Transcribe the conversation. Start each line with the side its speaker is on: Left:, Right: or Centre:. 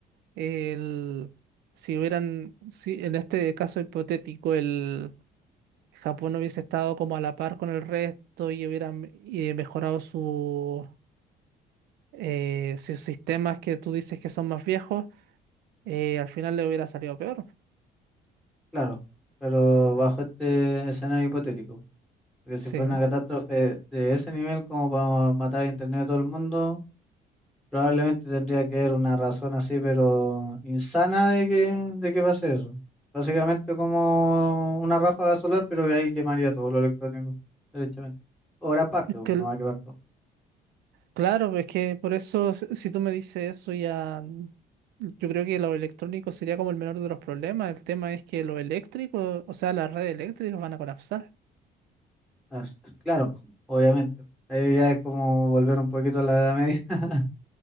Right: El, si hubieran, si en este caso hipotético, el Japón hubiese estado como a la par con el resto y hubieran eh, mejorado su, eh, sus sistemas que tú dices que son más viejos, eh, al final le hubiera salido peor.
Centre: claro, pero bajo este escenario hipotético, porque si
Right: Sí.
Centre: fuera una catástrofe de ese nivel como para matar a internet a todo el mundo, probablemente tendría que haber una razón así, pero insana de que, de que pase eso. Básicamente como una ráfaga solar, pero que ahí quemaría todo lo electrónico, derechamente. O gran parte, pues,
Right: Que
Centre: no va a quemar todo.
Right: Claro, es que por eso, s- si tú me dices eso, ya yo creo que lo electrónico sería como el menor de los problemas. El tema es que lo eléctrico, o sea, las redes eléctricas van a colapsar.
Centre: Ah, Claro, pues, obviamente. Ahí ya es como volver un poquito a la Edad Media. <laughs>